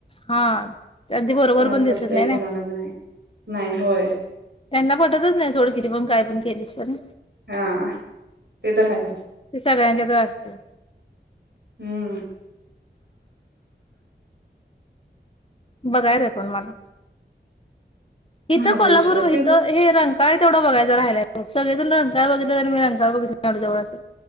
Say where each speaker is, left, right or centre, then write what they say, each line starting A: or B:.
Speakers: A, on the left; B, on the right.
A: हा त्यां बरोबर
B: कोणाला
A: पण
B: पडतंय
A: दिसत नाही. ना
B: कोणाला नाही नाही होय
A: त्यांना पटतच नाही सोड किती पण काय पण के सर
B: हा ते तर आहेच
A: ते सगळ्यांच्यात असते
B: हम्म
A: बघायचं आहे पण मला. इथं
B: महाबळेश्वर
A: कोल्हापूर
B: ते
A: इथं हे रां काय तेवढ बघायच रायग सगळेणंगय बघितलं आणि म रंगा बघित जवंं.